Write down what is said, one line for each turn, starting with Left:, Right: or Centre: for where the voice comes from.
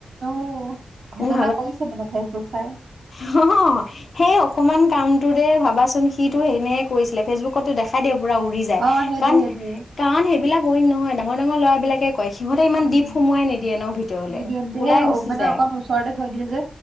Right: অঁ,
Left: তুমি
Right: ঘটনা কৰিছে মানে ফেচবুক চাই।
Left: অঁ হ, সেই অকমান কামটোৰে ভাবাচোন সিটো ইনেহে কৰিছিলে ফেচবুক কতে দেখাই দিয়ে উৰি যায়,
Right: অ সেইটোৱে
Left: কাৰণ-কাৰণ
Right: সেইটোৱে
Left: সেইবিলাক নহ ডাঙৰ ডাঙৰ লৰাবিলাকে কয় সিহঁতে ইমান
Right: উম
Left: দিপ সোমোৱাই নিদিয়ে ন ভিতৰলে
Right: নিদিয়ে নিদিয়ে
Left: ওলাই
Right: সেই
Left: গুচি
Right: মানে
Left: যায়
Right: অকণ ওচৰতে থৈ দিয়ে যে